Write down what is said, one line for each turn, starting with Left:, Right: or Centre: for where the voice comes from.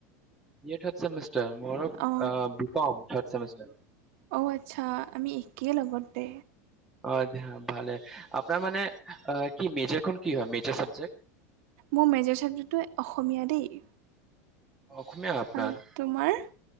Centre: বি এ‌ থাৰ্ট চেমিষ্টাৰ মোৰো
Right: অ
Centre: বি কম থাৰ্ট চেমিষ্টাৰ।
Right: অ', আচ্ছা আমি একেই লগতে।
Centre: অ', ভালে আপোনাৰ মানে আহ কি মেজৰখন কি হয় মেজাৰ চাবজেক্ট।
Right: মোৰ মেজৰ চাৱজেক্টোৱ অসমীয়া দেই।
Centre: অসম অসমীয়া আপোনাৰ।
Right: আৰু তোমাৰ